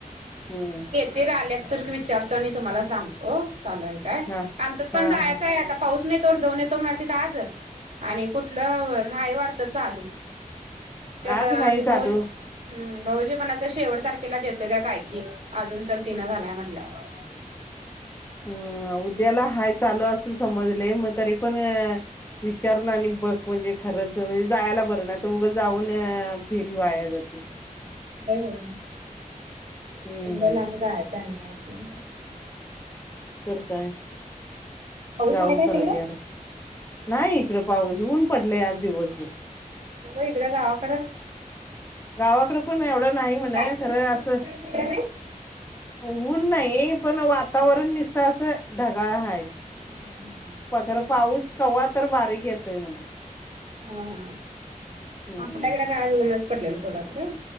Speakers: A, on the left; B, on the right.
A: हम्म.
B: तेच आल्यात तर विचारतो आणि तुम्हाला सांगतो चालू हाय काय,
A: हा
B: आमच्यात
A: हा
B: पण जायाचं
A: हा
B: हाय आता पाऊस नाही तवर जाऊन येतो म्हणालतीत आज, आणि कुठलं, नाहीय वाटतं चालू. तो आता
A: आज नाही
B: हे
A: चालू
B: भाउ हम्म, भाऊजी मणालतं शेवट तारखेला देतोय का काय कि, अजून तर दिना झालाय म्हटल्यावर.
A: अं उद्याला हाय चालू असं समजलय मग तरी पण विचारून आणि बघ, म्हणजे खरंच म्हणजे जायाला बरं, नाही तर उगं जाऊन फिरी वाया जात्या.
B: होय होय,
A: हम्म
B: एवढ्या लांब जायाचं आणि यायचं
A: तर काय,
B: पाऊस
A: जाऊन
B: आहे काय
A: परत
B: तिकडं
A: या लागतय. नाही इकडं पाऊस, ऊन पडलय आज दिवसभर.
B: म इकडं गावाकडं.
A: गावाकडं पण एवढं नाही म्हणं,
B: ताईंच्या
A: खरं
B: इकडं पूनम
A: असं
B: ताईंच्या इकडं नाही
A: ऊन नाही, पण वातावरण निसतं असं ढगाळ हाय.
B: हम्म हम्म.
A: प खरं पाऊस कवा तर बारीक येतोय म्हणं.
B: हा हा,
A: हम्म
B: आपल्याकडं काय आज ऊनच पडलेलं सोडा खरं.